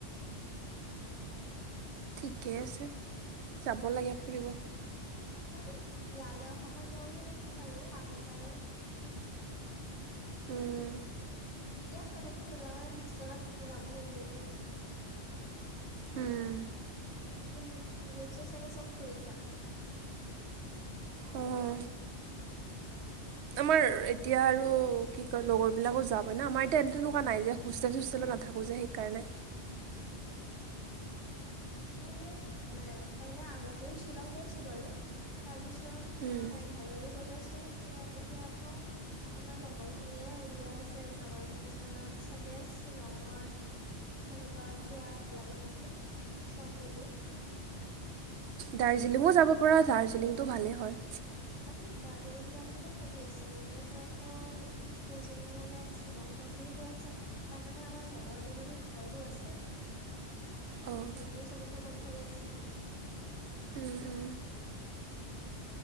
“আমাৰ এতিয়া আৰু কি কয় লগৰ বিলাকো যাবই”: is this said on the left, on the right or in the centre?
Right